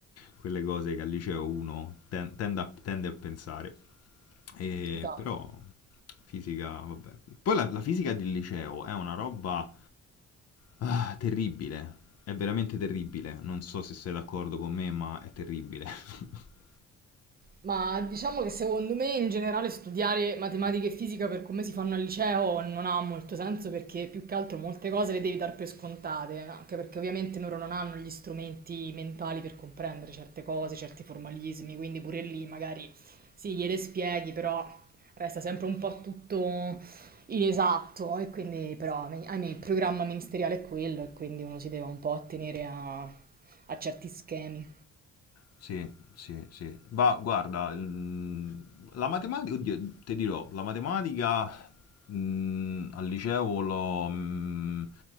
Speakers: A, on the left; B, on the right.
A: quelle cose che al liceo uno ten- tende, a, tende a pensare, E
B: Esatto.
A: però fisica, vabbè. Poi la, la fisica del liceo è una roba Ah, terribile. È veramente terribile. Non so se sei d'accordo con me, ma è terribile. <laughs>
B: Ma diciamo che secondo me in generale studiare matematica e fisica per come si fanno al liceo non ha molto senso perché più che altro molte cose le devi dar per scontate, anche perché ovviamente loro non hanno gli strumenti mentali per comprendere certe cose, certi formalismi, quindi pure lì magari sì, gliele spieghi, però resta sempre un po' tutto inesatto e quindi però ahimè, il programma ministeriale è quello e quindi uno si deve un po' attenere a, a certi schemi.
A: Sì, sì, sì. Ma guarda, mm, la matematica, oddio, ti dirò, la matematica mm, al liceo lo, mm,